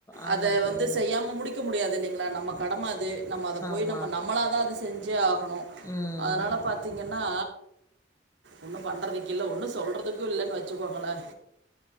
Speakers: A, on the left (about 15°); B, on the right (about 70°).
A: ஆமா
B: அத
A: தோழி.
B: வந்து செய்யாம முடிக்க முடியாது இல்லைங்களா நம்ம கடம அது நம்ம அத போய்
A: ஆமா.
B: நம்ம நம்மளா தா அத செஞ்சே அவு போனோ
A: ம்.
B: அதனால பாத்தீங்கன்னா ஒன்னு பண்றதுக்கு இல்ல ஒன்னு சொல்றது எதுவு இல்லன்னு வச்சுக்கோங்கலே